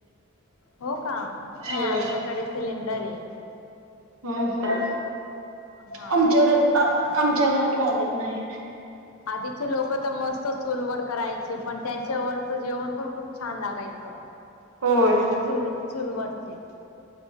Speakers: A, on the left; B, on the right.
A: हो का, नाही
B: होय
A: आमच्याकडे सिलेंडर. आहे.
B: हम् हम
A: हा
B: आमच्याकडे. आमच्या घरात लागत नाही.
A: आधीचे लोक तर मस्त चूलवर. करायचे पण त्यांच्यावरचं जेवण पण खूप छान लागायचं.
B: होय
A: चूल-चूल वरचे.